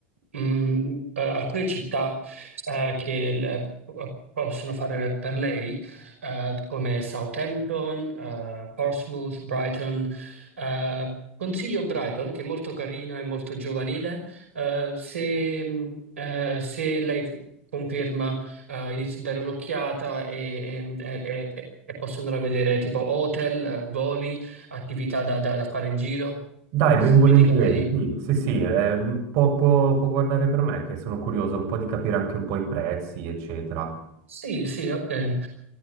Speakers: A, on the right; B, on the right.
A: mh, eh, alcune città eh, che le- po- eh, possono fare per lei, eh, come Southampton, eh, Portsmouth, Brighton. Eh, consiglio Brighton, che è molto carina e molto giovanile, eh, se, mh, eh, se lei conferma, eh, inizio a dare un'occhiata e, e- e- e- e posso andare a vedere tipo hotel, eh, voli, attività da, da- da fare in giro.
B: Dai, ben volentieri,
A: Mi dica lei.
B: sì, sì, sì, eh, può, può- può guardare per me che sono curioso un po' di capire anche un po' i prezzi, eccetera.
A: Sì, sì, ok. Eh,